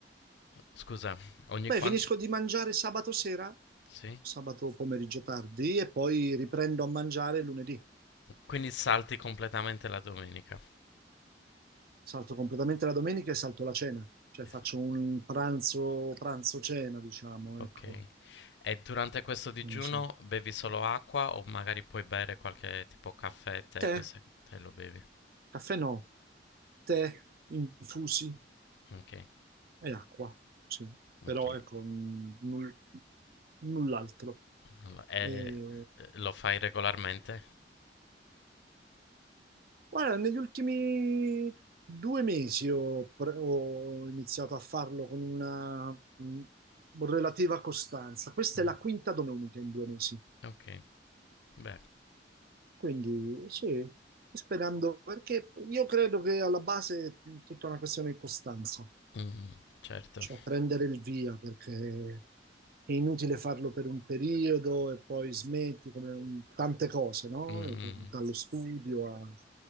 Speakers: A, on the left; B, on the right.
A: Scusa, ogni
B: Beh,
A: quanto...
B: finisco di mangiare sabato sera,
A: Sì?
B: sabato pomeriggio tardi, e poi riprendo a mangiare lunedì.
A: Quindi salti completamente la domenica.
B: Salto completamente la domenica e salto la cena, cioè
A: Es-
B: faccio un pranzo, pranzo-cena, diciamo,
A: Ok.
B: ecco.
A: E durante questo digiuno
B: Eh, sì.
A: bevi solo acqua o magari puoi bere qualche tipo caffè, tè,
B: Tè,
A: queste te lo bevi?
B: caffè no, tè, infusi
A: Ok,
B: e acqua, sì. Però
A: ok.
B: ecco, n- null- null'altro.
A: Allora, e
B: E...
A: eh, lo fai regolarmente?
B: Guarda, negli ultimi due mesi ho, pre- ho iniziato a farlo con una mh, relativa costanza. Questa
A: Mh,
B: è la quinta domenica in due mesi.
A: okay. Beh,
B: Quindi sì, sperando, perché io credo che alla base è tutta una questione di costanza.
A: mh-mh, certo.
B: cioè prendere il via perché è inutile farlo per un periodo e poi smetti come un- tante cose, no?
A: Mh-mh,
B: Dallo studio a...